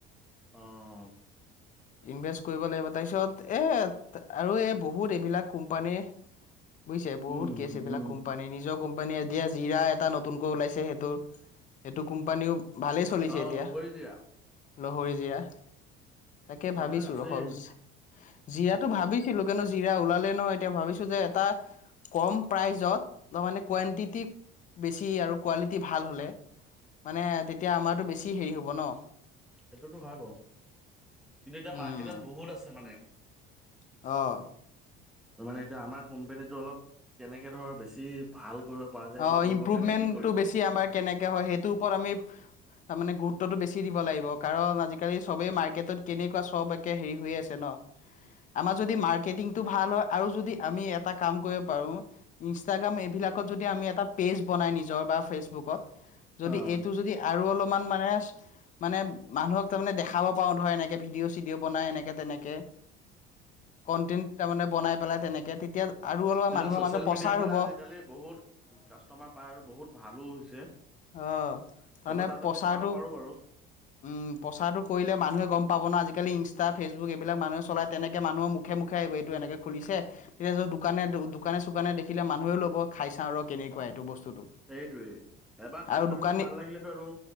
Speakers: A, in the centre; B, on the left.
A: অঁ।
B: ইনভেষ্ট কৰিব লাগিব, তাৰপিছত এ আৰু এই বহুত এইবিলাক কোম্পানীৰ বুজিছে, বহুত
A: উম
B: কেছ
A: উম
B: এইবিলাক
A: উম।
B: কোম্পানী নিজৰ কোম্পানীয়ে এতিয়া জিৰা এটা নতুনকৈ ওলাইছে সেইটো সেইটো কোম্পানীও ভালেই চলিছে
A: অ
B: এতিয়া
A: লহৰি জিৰা
B: লহৰি জিৰা। কে
A: সেইবিলাক
B: ভাবিছো
A: আছেই
B: ৰসক, জীৰাতো ভাবি ছিলো কাৰনে জিৰা ওলালে নহয় এতিয়া ভাবিছো যে, এটা কম প্ৰাইজত তাৰমানে কুৱণ্টিটি বেছি আৰু কোৱালিটি ভাল হ'লে মানে তেতিয়া আমাৰতো বেছি হেৰি হ'ব ন।
A: সেইটোতো হয় বাৰু, কিন্তু এতিয়া
B: উম
A: মাৰ্কেটত বহুত আছে মানে।
B: অ'।
A: ত মানে এতিয়া আমাৰ কোম্পেনীটো অলপ কেনেকৈ ধৰ বেছি ভাল কৰিব পৰা যায় সেইটো
B: অ'
A: কৰিবৰ
B: ইম্প্ৰুভমেন্টটো
A: কাৰণে কি কৰিম
B: বেছি আমাৰ কেনেকে হয়, সেইটোৰ ওপৰত আমি তাৰ মানে গুৰুত্বতটো বেছি দিব লাগিব, কাৰণ আজিকালি চবেই মাৰ্কেটত কেনেকুৱা চব কে হেৰি হৈয়ে আছে ন। আমাৰ যদি মাৰ্কেটিংটো ভাল হয়, আৰু যদি আমি এটা কাম কৰিব পাৰো ইনষ্টাগ্ৰাম এইবিলাকত যদি আমি এটা পেজ বনাই নিজৰ বা ফেচবুকত, যদি
A: অ',
B: এইটো য আৰু অলপমান মানে মানে মানুহক তাৰমানে দেখাব পাৰওঁ ধৰ এনেকে ভিডিঅ' চিডিঅ' বনাই এনেকে তেনেকে কনটেন তাৰমানে বনাই পেলাই তেনেকে তেতিয়া আৰু অলপ
A: এনেও
B: মানুহৰ
A: ছচিয়েল
B: মাজত প্ৰচাৰ
A: মিডিয়াত মানে
B: হ'ব
A: আজিকালি
B: অ
A: বহুত কাষ্টমাৰ পায় আৰু বহুত ভালো হৈছে,
B: অ
A: সেইটো
B: তাৰমানে
A: তাত
B: প্ৰচাৰটো
A: আমি চাব পাৰোঁ বাৰু।
B: উম প্ৰচাৰটো কৰিলে মানুহে গ'ম পাব না, আজিকালি ইনষ্টা ফেচবুক এইবিলাক মানুহে চলাই তেনেকৈ মানুহৰ মুখ এইটো এনেকে খুলিছে, তেতিয়াত দোকানে দোকান চোকানে দেখিলে মানুহে ল'ব। খাই চাওঁ ৰ কেনেকুৱা এইটো বস্তুটো।
A: সেইটোৱে এবাৰ খাই
B: আৰু
A: চোৱাৰ
B: দোকানী
A: পিছত ভাল লাগিলেতো আৰু